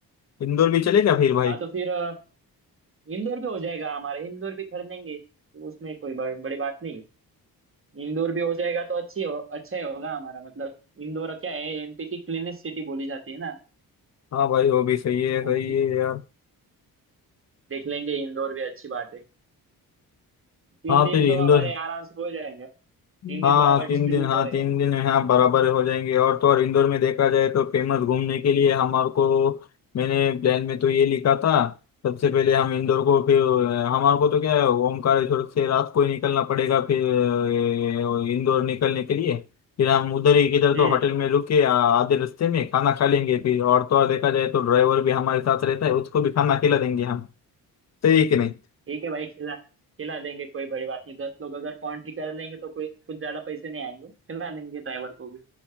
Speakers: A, on the left; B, on the right.
A: इंदौर भी चलेगा फिर भाई
B: हाँ तो फिर अ, इंदौर भी हो जाएगा हमारा इंदौर भी कर लेंगे तो उसमें कोई बड़, बड़ी बात नहीं इंदौर भी हो जाएगा तो अच्छी हो अच्छा ही होगा हमारा मतलब इंदौर क्या है एमपी की क्लीनेस्ट सिटी बोली जाती है ना
A: हाँ भाई वो भी सही है
B: तो
A: सही है यार
B: देख लेंगे इंदौर भी अच्छी बात है तीन
A: हाँ
B: दिन
A: फिर
B: तो
A: इंदौर
B: हमारे आराम से हो जाएंगे तीन दिन
A: हाँ
B: बराबर डिस्ट्रीब्यूट
A: तीन दिन हाँ
B: हो रहे
A: तीन
B: हैं
A: दिन है हाँ बराबर हो जाएंगे और तो और इंदौर में देखा जाए तो फेमस घूमने के लिए हमारे को मैंने प्लान में तो ये लिखा था सबसे पहले हम इंदौर को फिर हमारे को तो क्या है ओमकारेश्वर से रात को ही निकलना पड़ेगा फिर अ, इंदौर निकलने के लिए फिर हम उधर ही किधर
B: हम्म
A: तो होटल में रुके आ- आधे रास्ते में खाना खा लेंगे फिर और तो और देखा जाए तो ड्राइवर भी हमारे साथ रहता है उसको भी खाना खिला देंगे हम सही है कि नहीं
B: ठीक है भाई खिला खिला देंगे कोई बड़ी बात नहीं दस लोग अगर कॉन्ट्री कर लेंगे तो कोई कुछ ज्यादा पैसे नहीं आएंगे खिला देंगे ड्राइवर को भी